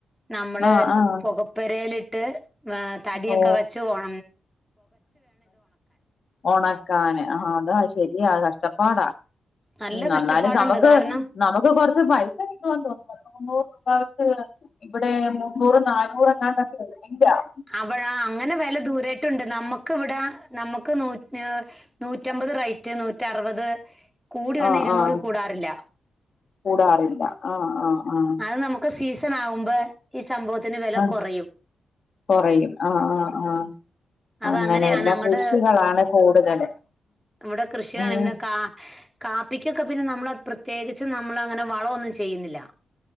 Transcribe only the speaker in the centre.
നമ്മള്
പൊക പെരേലിട്ട് ആഹ്‌ തടിയൊക്കെ
വെച്ച് ഒണ
നല്ല
കഷ്ടപ്പാടുണ്ട്
കാരണം
അപഞാ അങ്ങനെ വെല ദൂരെ ക്ക്‌ണ്ട്. നമ്മക്ക് വിടെ നമ്മുക്ക് നൂ നൂറ്റമ്പത് റേറ്റ് നൂറ്ററുപത് കൂടി വന്നാ
ഇരുന്നൂറികൂടാറില്ല.
അത് നമുക്ക് സീസണാകുമ്പോ ഈ സംഭവത്തിന് വെല
കൊറയും.
അത്
അങ്ങനെയാണ്
അങ്ങോട്ട്
ഇവിടെ കൃഷി കാണുന്ന
കാ കാപ്പിക്കൊക്കെ പിന്നെ നമ്മൾ പ്രത്യേകിച്ച് നമ്മൾ അങ്ങനെ വളവൊന്നും ചെയ്യുന്നില്ല.